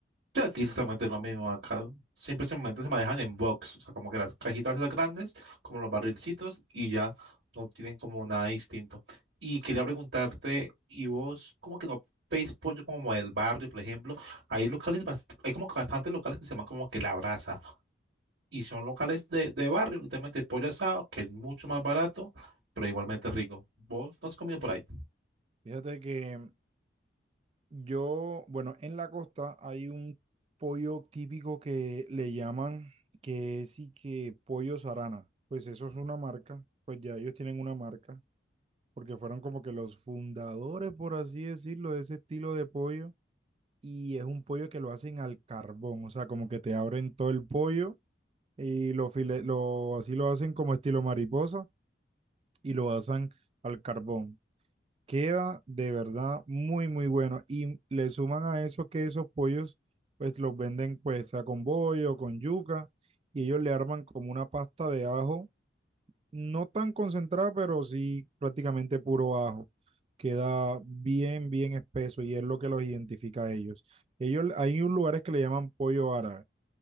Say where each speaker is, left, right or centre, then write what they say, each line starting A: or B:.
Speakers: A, on the right; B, on the right.
A: Sí, aquí exactamente es lo mismo. Acá siempre se, se manejan en box, o sea, como que las cajitas esas grandes, como los barrilcitos, y ya no tienen como nada distinto. Y quería preguntarte, ¿y vos como que no veis pollo como del barrio, por ejemplo? Hay locales, bast- hay como que bastantes locales que se llaman como que La Brasa, y son locales de, de barrio, literalmente pollo asado, que es mucho más barato, pero igualmente rico. ¿Vos no has comido por ahí?
B: Fíjate que yo, bueno, en la costa hay un pollo típico que le llaman, que sí que pollo Sarana. Pues eso es una marca, pues ya ellos tienen una marca, porque fueron como que los fundadores, por así decirlo, de ese estilo de pollo. Y es un pollo que lo hacen al carbón, o sea, como que te abren todo el pollo y lo, file- lo así lo hacen como estilo mariposa y lo hacen al carbón. Queda de verdad muy, muy bueno. Y le suman a eso que esos pollos, pues los venden pues sea con bollo, con yuca, y ellos le arman como una pasta de ajo, no tan concentrada, pero sí prácticamente puro ajo. Queda bien, bien espeso y es lo que los identifica a ellos. Ellos, hay un lugares que le llaman pollo árabe.